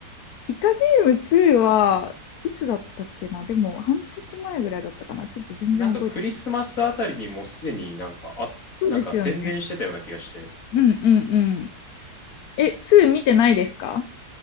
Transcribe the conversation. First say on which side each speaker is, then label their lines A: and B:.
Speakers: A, on the left; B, on the left.
A: イカゲーム2はいつだったっけなでも半年前ぐらいだったかなちょっと全然覚えて。
B: なんかクリスマスあたりにもうすでになんか、あ、
A: そうですよね。
B: なんか宣伝してたような気がして、
A: うんうんうん。え、2見てないですか